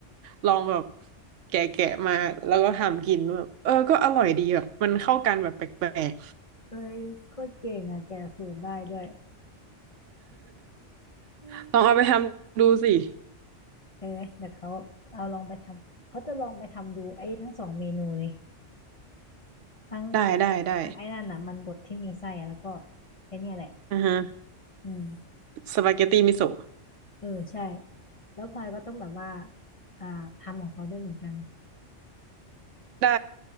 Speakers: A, on the right; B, on the left.
A: ลองแบบแกะแกะมาแล้วก็ทำกินแบบเออก็อร่อยดีแบบมันเข้ากันแบบแปลก
B: เอ้ยโคตรเก่งอ่ะแกะสูตรได้ด้วยอืม
A: ๆ <laughs> ลองเอาไปทำดูสิ
B: เออเดี๋ยวเขาเอาลองไปทำเขาจะลองไปทำดูไอ้ทั้งสองเมนูเลยทั้ง
A: ได้ได้ได้
B: ทั้งไอ้นั่นน่ะมันบดที่มีไส้อะแล้วก็ไอ้เนี่ยแหละ
A: อือฮะ
B: อืม
A: สปาเกตตีมิโซะ
B: เออใช่แล้วพลอยก็ต้องแบบว่าอ่าทำของเขาด้วยเหมือนกัน
A: ได้